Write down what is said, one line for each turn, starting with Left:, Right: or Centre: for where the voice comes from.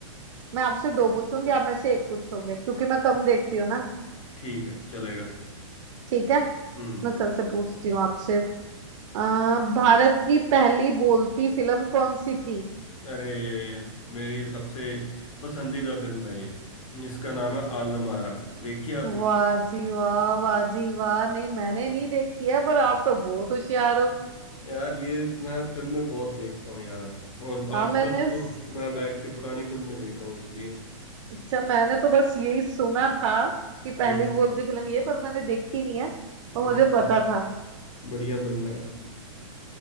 Right: मैं आपसे दो पूछूंगी आप मेरे से एक पूछोगे क्योंकि मैं कम देखती हूँ ना
Left: ठीक है चलेगा
Right: ठीक है
Left: हम्म
Right: मैं सबसे पूछती हूँ आपसे अ, भारत की पहली बोलती फिल्म कौन सी थी
Left: अरे मेरी सबसे पसंदीदा फिल्म है ये इसका नाम है आलम आरा देखी आपने
Right: वाह जी वाह वाह जी वाह नहीं मैंने नहीं देखी है पर आप तो बहुत होशियार हो
Left: यार ये मैं फिल्में बहुत देखता हूँ यार और
Right: हाँ
Left: आजकल
Right: मैंने
Left: तो
Right: स-
Left: मैं बैठ के पुरानी फिल्में देख रहा हूँ इसलिए
Right: अच्छा मैंने तो बस यही सुना था कि पहली
Left: हम्म
Right: बोलती फिल्म ये पर मैंने देखी नहीं है
Left: नहीं,
Right: और मुझे पता
Left: नहीं,
Right: था
Left: बढ़िया फिल्म है यार